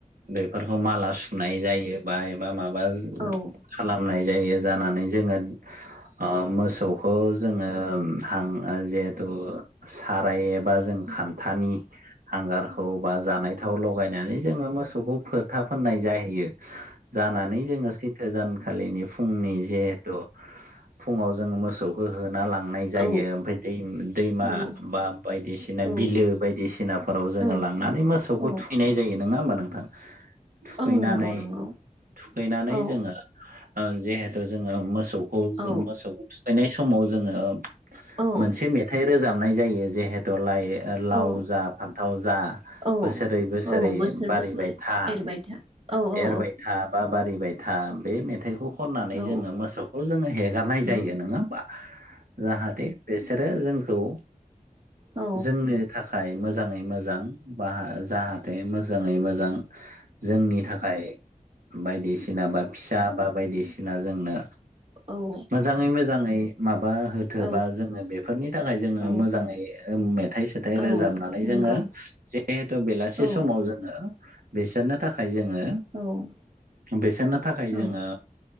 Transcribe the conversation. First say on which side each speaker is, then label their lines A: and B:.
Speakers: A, on the right (about 80°); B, on the right (about 45°).
A: बेफोरखौ माला सुनाय जायो बा एबा माबा
B: औ
A: खालामनाय जायो जानानै जोङो ओ मोसौखौ जों। ओ हां जिहेतु साराय एबा जों खान थानि हांगारखौ बा जानाय थाव लगायनानै जोङो मोसौखौ फोथा फोननाय जाहैयो जानानै जोङो जानखालिनि फुंनि जिहेथु फुङाव जों मोसौखौ होना लाङो जायो
B: औ
A: दैमा
B: औ
A: बा बायदिसिना
B: औ
A: बिलो बायदिसिनाफोराव जोङो
B: औ
A: लांनानै मोसौखौ
B: औ
A: थुैनाय जायो नङा होमबा नोंथां थुखैनानै
B: औ नंगौ नंगौ
A: थुखैनानै
B: औ
A: जोङो जिहेथु जोङो मोसौखौ
B: औ
A: मोसौखौ थुखैनाय समाव जोङो
B: औ
A: मोनसे मेथाइ रोजाबनाय जायो जेहेतु दलाय लाव
B: औ
A: जा फान्थाव जा
B: औ
A: बोसोरै बोसोरै
B: औ बोसोर
A: बारिबाय
B: बोसोर
A: था
B: एरबाय था औ
A: एरबाय
B: औ
A: था बा बारिबाय था बे मेथाइखौ खननानै
B: औ
A: जोङो मोसौखौ जोङो हेगारनाय
B: औ
A: जायो नङा होमबा जाहाथे बेसोरो जोंखौ
B: औ
A: जोंनि थाखाय मोजाङै मोजां बा जाहाथे मोजाङै मोजां जोंनि थाखाय बायदिसिना बा फिसा बा बायदिसिना जोंनो
B: औ
A: मोजाङै मोजाङै माबा होथोबा
B: औ
A: जोङो बेफोरनि थाखाय जोङो
B: औ
A: मोजाङै मद मेथाय सेथाइ
B: औ
A: रोजाबनानै
B: नंगौ
A: जोङो जिहेथु बेलासि
B: औ
A: समाव जों बिसोरनो थाखाय जोङो
B: औ
A: बेसोरनो थाखाय
B: औ
A: जोङो